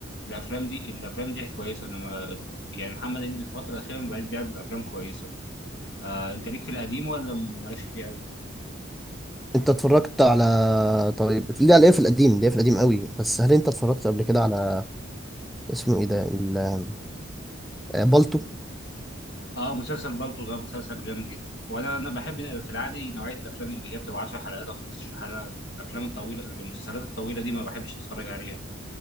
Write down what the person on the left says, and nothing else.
الافلام دي الافلام دي كويسة انما يعني محمد هنيدي في الفترة الأخيرة ما بقاش بيعمل أفلام كويسة آه، أنت ليك في القديم ولا مالكش فيه أوي؟
اه مسلسل بالطو ده مسلسل جامد جدا وانا انا بحب في العادي نوعيه الافلام اللي هي بتبقى 10 حلقات او 15 حلقه الافلام الطويله المسلسلات الطويله دي ما بحبش اتفرج عليها